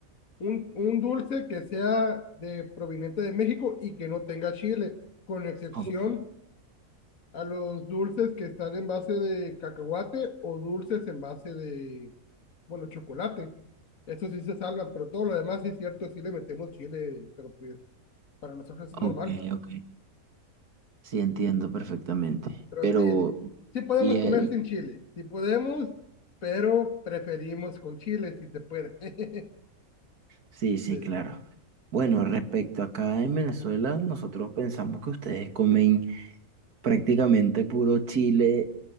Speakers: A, on the left; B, on the right.
A: un, un dulce que sea de proveniente de México y que no tenga chile, con excepción
B: Ok,
A: a los dulces que están en base de cacahuate o dulces en base de, bueno, chocolate. Eso sí se salva, pero todo lo demás sí es cierto, sí le metemos chile, pero pues para nosotros
B: ok,
A: es normal.
B: ok. Sí, entiendo perfectamente.
A: Pero
B: Pero,
A: sí, sí, sí podemos
B: y, ahí-
A: comer sin chile, sí podemos, pero preferimos con chile si se puede. <laughs>
B: sí, sí,
A: Sí.
B: claro. Bueno, respecto acá en Venezuela, nosotros pensamos que ustedes comen. prácticamente puro Chile,